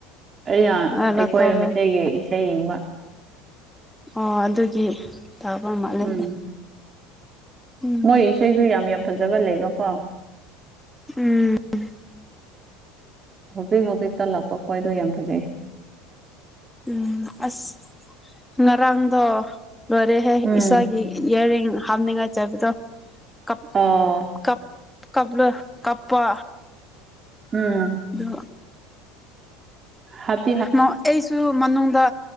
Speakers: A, on the right; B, in the centre.
A: ꯑꯩꯅ
B: ꯑꯂ
A: ꯑꯩꯈꯣꯏ
B: ꯇꯧꯔꯣ
A: ꯃꯤꯇꯩꯒꯤ ꯏꯁꯩ ꯌꯦꯡꯕ
B: ꯑꯣ ꯑꯗꯨꯒꯤ ꯇꯥꯕ ꯃꯥꯜꯂꯦꯅꯦ
A: ꯎꯝ
B: ꯎꯝ
A: ꯃꯣꯏ ꯏꯁꯩꯁꯨ ꯌꯥꯝ ꯌꯥꯝ ꯐꯖꯕ ꯂꯩꯕꯀꯣ
B: ꯎꯝ
A: ꯍꯧꯖꯤꯛ ꯍꯧꯖꯤꯛꯇ ꯂꯥꯛꯄ ꯈꯣꯏꯗꯣ ꯌꯥꯝ ꯐꯖꯩ
B: ꯎꯝ ꯑꯁ ꯉꯔꯥꯡꯗꯣ ꯂꯣꯏꯔꯦꯍꯦ
A: ꯎꯝ
B: ꯏꯁꯩꯒꯤ ꯏꯌ꯭ꯔꯔꯤꯡ ꯍꯥꯞꯅꯤꯡꯉꯥꯏ ꯆꯕꯗꯣ ꯀꯞ
A: ꯑꯥ
B: ꯀꯞ ꯀꯞꯂ ꯀꯞꯄꯥ
A: ꯎꯝ
B: ꯑꯗꯨ
A: ꯍꯠ
B: ꯃꯣꯠ ꯑꯩꯁꯨ ꯃꯅꯨꯡꯗ